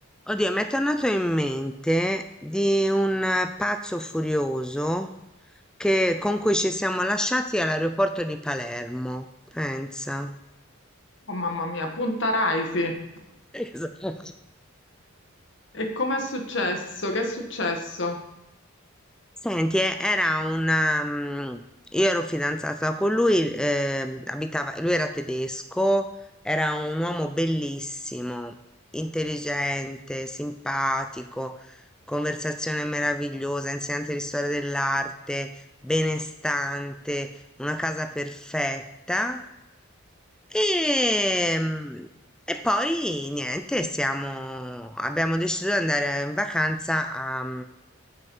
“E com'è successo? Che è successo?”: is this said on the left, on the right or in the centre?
Left